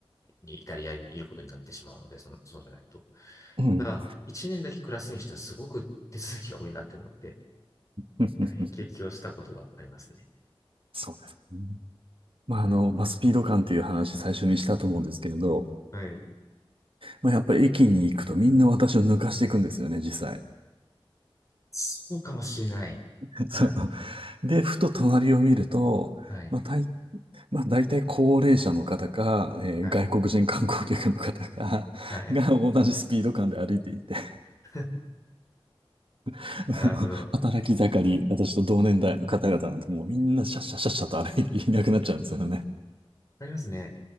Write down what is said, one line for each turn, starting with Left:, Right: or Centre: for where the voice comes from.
Left: にイタリアにいることになってしまうので、その、そうじゃないと。
Right: うん。
Left: ただ、1年だけ暮らすにしてはすごく手続きが多いなって思って、
Right: <laughs>
Left: 辟易をしたことがありますね。
Right: そうですね。まあ、あの、
Left: うん。
Right: まあ、スピード感っていう話最初にしたと思うんですけれど、
Left: はい。
Right: まあ、やっぱり駅に行くとみんな私を抜かしていくんですよね、実際。
Left: そうかもしれない。
Right: <laughs> そう。
Left: うん
Right: で、ふと隣を見ると、
Left: はい。
Right: まあ、大、まあ、大体高齢者の方か、えー外国人観光客の方か、
Left: はい。はい。
Right: <laughs> が同じスピード感で歩いていて、
Left: <laughs>
Right: <laughs>
Left: なるほど。
Right: 働き盛り、私と同年代の方々なんてもうみんなシャッシャッシャッシャッと歩いていなくなっちゃうんですよね。
Left: ありますね。